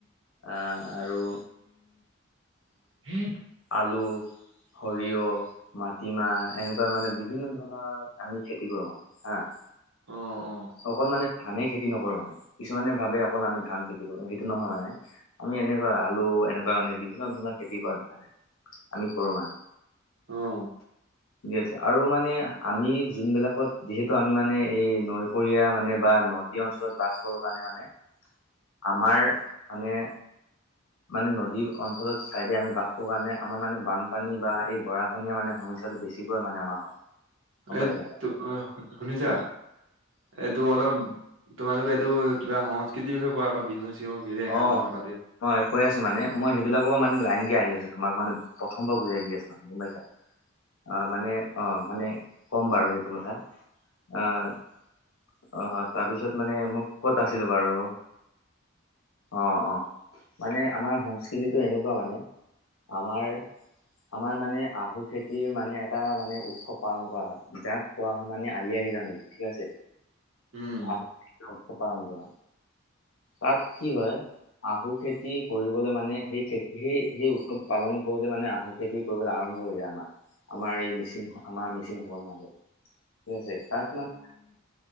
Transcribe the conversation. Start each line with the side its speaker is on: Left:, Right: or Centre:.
Left: আৰু
Right: উম
Left: আলু সৰিয়হ মাটিমাহ এনেকুৱা মানে বিভিন্ন ধৰণৰ আমি খেতি কৰো মানে হা <inaudible>
Right: অ অ
Left: অকল মানে ধানে খেতি নকৰো মানে কিছুমানে ভাবে এই অকল আমি ধান খেতি কৰো সেইটো নহয় মানে আমি এনেকুৱা আলু এনেকুৱা মানে বিভিন্ন ধৰণৰ খেতি কৰা ভালে আমি কৰো মানে
Right: আহ
Left: ঠিকে আছে আৰু মানে আমি যোন বিলাকত যিহেতু আমি মানে এই নৈ পৰীয়া মানে বা নদী অঞ্চলত বাস কৰো কাৰণে মানে আমাৰ মানে মানে নদী অঞ্চলত চাইদে আমি বাস কৰো কাৰণে আমাৰ মানে বানপানী বা এই গৰাখহনীয়া মানে সমস্যাটো বেছিকৈ মানে আমাৰ হয় গম
Right: এ
Left: পাইছা
Right: ত শুনিছা এইটো অলপ তোমালোকে এইটো কিবা সংস্কৃতিৰ বিষয়ে কোৱা আকৌ বিহু চিহু কি এনেকা
Left: অ
Right: ধৰণৰ পাতে।
Left: মই কৈ আছো মানে মই সেইবিলাকৰ পৰা মানে লাইনক আহি আছো তোমাক মানে প্ৰথম পৰা বুজাই দিয়া আছা গম পাইছা মানে অ মানে ক'ম বাৰু সেইটো কথা অ তাৰ পিছত মানে মই কত আছিলো বাৰু অ অ মানে আমাৰ সংস্কৃতিতো এনেকুৱা মানে আমাৰ আমাৰ মানে আহু খেতিৰ মানে এটা মানে উৎসৱ পালন কৰা হয় যাক কোৱা হয় মানে আলি আই লৃগাং বুলি ঠিক আছে
Right: উম।
Left: আহ উৎসৱ পালন কৰা তাত কি হয় আহু খেতি কৰিবলৈ মানে সেই খেতী সেই সেই উৎসৱটো পালন কৰোতে মানে আহু খেতি কৰিবলৈ আৰম্ভ আৰম্ভ যায় আমাৰ আমাৰ এই মিচিং আমাৰ মিচিংসকলৰ মাজত ঠিক আছে তাত মানে